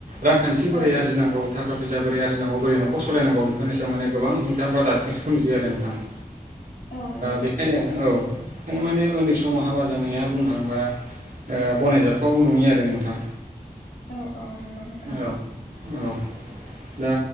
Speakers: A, on the right; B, on the left.
A: रांखान्थि बोरै
B: औ
A: आरजिनांगौ थाखा फैसा आराजजिनांगौ बोरै नखर सालायनांगौ बेफोरनि सायाव माने गोबां हेंथा बा दासिम सोमजि आरो नोंथां ओ
B: औ नंगौ
A: बेखायनो औ ओं माने उन्दै समाव हाबा जानाया बुंनो थाङोबा गनायजाथाव नङि आरो नोंथां
B: औ औ नंगौ नोंथां
A: औ औ दा